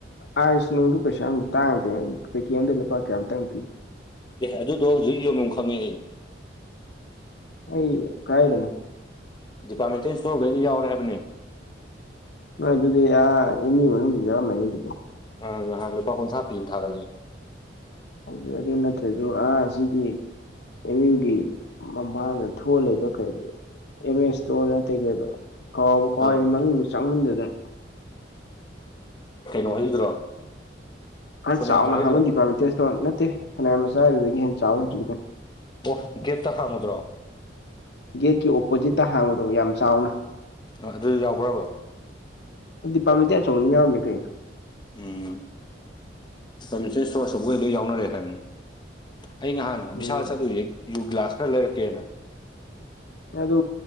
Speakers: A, on the left (about 60°); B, on the left (about 25°).
A: ꯑꯥꯏꯁ ꯅꯨꯡꯗꯨ ꯄꯩꯁꯥ ꯌꯥꯝ ꯇꯥꯡꯗꯦ ꯄꯦꯀꯦꯠ ꯑꯃꯥꯗ ꯂꯨꯄꯥ ꯀꯌꯥꯇꯪ ꯄꯤ
B: ꯑꯦ ꯑꯗꯨꯗꯣ ꯍꯧꯖꯤꯛ ꯌꯣꯟꯐꯝ ꯈꯪꯉꯦ ꯑꯩ
A: ꯑꯩ ꯀꯗꯥꯏꯗꯅꯣ
B: ꯗꯤꯄꯥꯔꯠꯃꯦꯟꯇꯦꯜ ꯏꯁꯇꯣꯔꯈꯩꯗꯥ ꯌꯥꯎꯔꯦ ꯍꯥꯏꯕꯅꯦ
A: ꯑꯥꯏ ꯑꯗꯨꯗꯤ ꯑꯥ ꯑꯦꯝ ꯌꯨ ꯃꯅꯨꯡꯗꯥ ꯌꯥꯎꯔꯝꯃꯅꯤ ꯑꯗꯨꯗꯤ
B: ꯑꯪ ꯅꯍꯥꯟ ꯂꯨꯄꯥ ꯀꯨꯟꯊ꯭ꯔꯥ ꯄꯤ ꯊꯥꯒꯠꯂꯛꯑꯦ
A: ꯑꯗꯨ ꯑꯗꯨ ꯅꯠꯇ꯭ꯔꯁꯨ ꯑꯥ ꯑꯁꯤꯒꯤ ꯑꯦꯝ ꯌꯨꯒꯤ ꯃꯃꯥꯡꯗ ꯊꯣꯛꯑꯒꯥ ꯂꯩꯕꯥ ꯀꯩ ꯑꯦꯝ ꯌꯨ ꯏꯁꯇꯣꯔ <unintelligible> ꯀꯩꯕ ꯀꯥꯎꯕꯨ ꯀꯥꯎꯔꯦ
B: ꯑꯥ
A: ꯃꯃꯤꯡꯗꯣ ꯆꯪꯃꯟꯗꯥꯗꯥꯅ
B: ꯀꯩꯅꯣ ꯍꯣꯏꯒꯤꯗꯨꯔꯣ
A: ꯈꯔ
B: ꯁꯣꯅꯤꯌꯥꯝꯆꯥ
A: ꯆꯥꯎꯅ
B: ꯍꯣꯏꯒꯤꯗꯨꯔꯣ
A: ꯍꯥꯡꯕ ꯗꯤꯄꯥꯔꯠꯃꯦꯟꯇꯦꯜ ꯏꯁꯇꯣꯔ ꯅꯠꯇꯦ ꯁꯅꯥꯌꯥꯝ ꯃꯆꯥ ꯑꯗꯨꯗꯒꯤ ꯍꯦꯟꯅ ꯆꯥꯎꯋꯦ ꯍꯧꯖꯤꯛꯀꯤꯗꯣ
B: <unintelligible> ꯒꯦꯠꯇꯥ ꯍꯥꯡꯕꯗꯨꯔꯣ
A: ꯒꯦꯠꯀꯤ ꯑꯣꯄꯣꯖꯤꯠꯇꯥ ꯍꯥꯡꯕꯗꯣ ꯌꯥꯝ ꯆꯥꯎꯅ
B: ꯑꯥ ꯑꯗꯨ ꯌꯥꯎꯕ꯭ꯔꯥꯕꯥ
A: ꯗꯤꯄꯥꯔꯠꯃꯦꯟꯇꯦꯜ ꯑꯆꯧꯕꯅꯤꯅꯥ ꯌꯥꯎꯔꯝꯅꯤ ꯀꯩꯅꯣ
B: ꯎꯝ <unintelligible> ꯂꯣꯏ ꯌꯥꯎꯅꯔꯦ ꯍꯥꯏꯕꯅꯦ ꯑꯩ ꯅꯍꯥꯟ
A: ꯎꯝ
B: ꯕꯤꯁꯥꯜ ꯆꯠꯂꯨꯏꯌꯦ ꯌꯨ ꯒꯤꯂꯥꯁ ꯈꯔꯥ ꯂꯩꯔꯛꯀꯦꯅꯥ
A: ꯑꯗꯨ